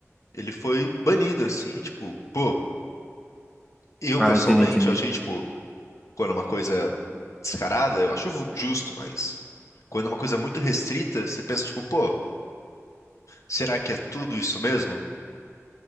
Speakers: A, on the left; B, in the centre.
A: ele foi banido, assim, tipo, pô, eu
B: Ah,
A: pessoalmente,
B: entendi, entendi.
A: eu achei, tipo, quando é uma coisa descarada, eu acho ju- justo, mas quando é uma coisa muito restrita, você pensa, tipo, pô, Será que é tudo isso mesmo?